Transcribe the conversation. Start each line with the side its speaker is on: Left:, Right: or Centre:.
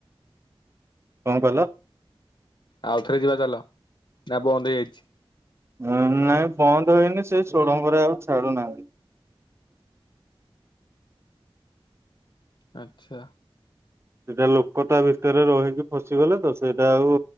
Right: କଣ କହିଲ?
Left: ଆଉ ଥରେ ଯିବା ଚାଲ ନା ବନ୍ଦ ହେଇଯାଇଛି?
Right: ଉଁ ନାଇଁ ବନ୍ଦ ହୋଇନି ସେ ସୁଡ଼ଙ୍ଗ ରେ ଆଉ ଛାଡୁନାହାନ୍ତି।
Left: ଆଚ୍ଛା।
Right: ସେଇଟା ଲୋକ ତା ଭିତରେ ରହିକି ଫସିଗଲେ ତ ସେଇଟା ଆଉ